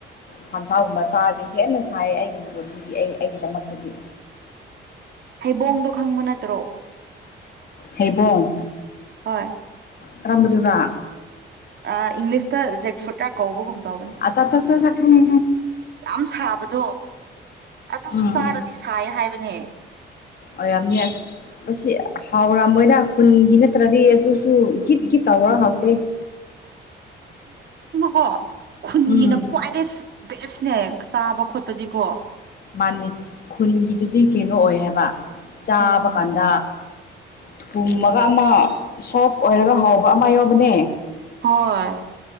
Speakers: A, on the left; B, on the right.
A: ꯁꯟꯁꯥꯒꯨꯝꯕ ꯆꯥꯔꯗꯤ ꯍꯦꯟꯅ ꯁꯥꯏ ꯑꯩꯒꯤ ꯕꯣꯗꯤꯗꯤ ꯑꯩ ꯑꯩꯒꯤꯗꯃꯛꯇꯗꯤ
B: ꯍꯩꯕꯣꯡꯗꯣ ꯈꯪꯕ ꯅꯠꯇ꯭ꯔꯣ
A: ꯍꯩꯕꯣꯡ
B: ꯍꯣꯏ
A: ꯀꯔꯝꯕꯗꯨꯔꯥ
B: ꯑ ꯏꯪꯂꯤꯁꯇ ꯖꯦꯛꯐ꯭ꯔꯨꯠ ꯀ ꯀꯧꯕꯒꯨꯝ ꯇꯧꯕꯅꯦ
A: ꯑ ꯆ ꯆ ꯆ ꯆ ꯆꯥ ꯈꯪ
B: ꯌꯥꯝ ꯁꯥꯕꯗꯣ ꯑꯗꯨꯁꯨ
A: ꯎꯝ
B: ꯆꯥꯔꯗꯤ ꯁꯥꯏ ꯍꯥꯏꯕꯅꯦ
A: ꯑꯣꯏꯔꯝꯅꯤꯌꯦꯠ <unintelligible> ꯑꯁꯤ ꯍꯥꯎꯔꯝꯃꯣꯏꯗ ꯈꯨꯟꯒꯤ ꯅꯠꯇ꯭ꯔꯗꯤ ꯑꯗꯨ ꯁꯨ ꯒꯤꯠ ꯒꯤꯠ ꯇꯧꯔ ꯍꯥꯎꯇꯦ
B: ꯀꯣ ꯈꯨꯟꯒꯤꯅ
A: ꯎꯝ
B: ꯈ꯭ꯋꯥꯏꯗꯩ ꯕꯦꯁꯅꯦ ꯆꯥꯕ ꯈꯣꯠꯄꯗꯤꯀꯣ
A: ꯃꯥꯟꯅꯤ ꯈꯨꯟꯒꯤꯗꯨꯗꯤ ꯀꯩꯅꯣ ꯑꯣꯏ ꯍꯥꯏꯕ ꯆꯥꯕ
B: ꯎꯝ
A: ꯀꯥꯟꯗ ꯊꯨꯝꯃꯒ ꯑꯃ ꯁꯣꯐ ꯑꯣꯏꯔꯒ ꯍꯥꯎꯕ ꯑꯃ ꯌꯥꯎꯕꯅꯦ
B: ꯍꯣꯏ